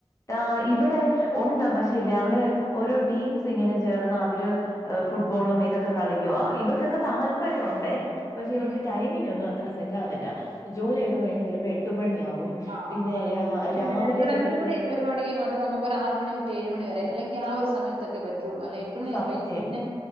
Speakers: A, on the left; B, on the right.
A: ആഹ് ഇവടെ ഒണ്ട് പക്ഷേ ഇല്ലേ അവടെ ഓരോ ടീംസ് ഇങ്ങനെ ചേർന്ന് അവര് ഏഹ് ഫുട്ബോളും
B: ഉം
A: ഇതൊക്കെ കളിക്ക്യുവാ ഇവർക്കൊക്കെ
B: ഉം
A: താല്പര്യയുണ്ടേ പക്ഷേ
B: ഉം
A: ഇവർക്ക്
B: ഉം.
A: ടൈമിംഗൊന്നും അ അത്ര സെറ്റാവുന്നില്ല ജോലിയൊക്കെ കഴിഞ്ഞ് വരുമ്പോ എട്ട് മണിയാകും.
B: ആഹ്
A: പിന്നെ
B: അപ്പൊ പറ്റത്തില്ല
A: രാ
B: ഇച്ചിരി
A: രാവിലെ
B: നേരത്ത് ഒരു അഞ്ച്
A: ഇവർക്ക്
B: മണിക്കെ വരുവാണെങ്കി മാത്രം ന നമുക്ക് ഒരു ആറ് മണി തൊട്ട് ഏഴ് മണി വരെ അല്ലെങ്കി ആ ഒരു സമയത്തൊക്കെ പറ്റുള്ളൂ അല്ലെ എട്ട് മണിയൊക്കെ
A: സത്യം
B: കഴിഞ്ഞിട്ട് പിന്നെ